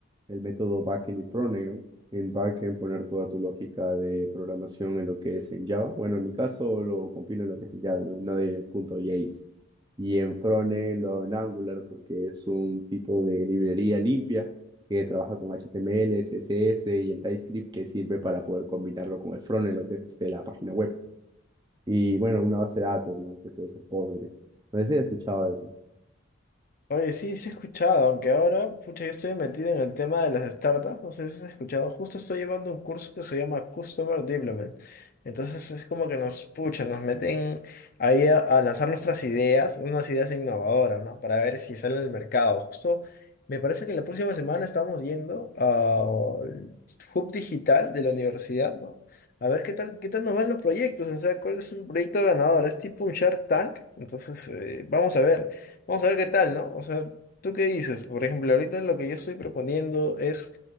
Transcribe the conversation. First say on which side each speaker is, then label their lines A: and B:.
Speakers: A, on the right; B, on the left.
A: el método backend y frontend, ¿no? En backend poner toda tu lógica de programación en lo que es en Java. Bueno, en mi caso lo compilo en lo que es en Java, no, no de punto .js. Y en frontend lo hago en Angular porque es un tipo de librería limpia que trabaja con HTML, CSS y el TypeScript que sirve para poder combinarlo con el frontend, lo que es este, la página web. Y bueno, una base de datos, ¿no? Que puede ser Postgre. No sé si he escuchado de eso.
B: Oye, sí, sí he escuchado, aunque ahora, pucha, yo estoy metido en el tema de las startups, no sé si has escuchado, justo estoy llevando un curso que se llama Customer Development. Entonces es como que nos puchan, nos meten ahí a, a lanzar nuestras ideas, unas ideas innovadoras, ¿no? Para ver si sale al mercado. Justo me parece que la próxima semana estamos yendo al Hub Digital de la universidad, ¿no? A ver qué tal, qué tal nos van los proyectos, o sea, cuál es el proyecto ganador. Es tipo un Shark Tank, entonces eh, vamos a ver. Vamos a ver qué tal, ¿no? O sea, ¿tú qué dices? Por ejemplo, ahorita lo que yo estoy proponiendo es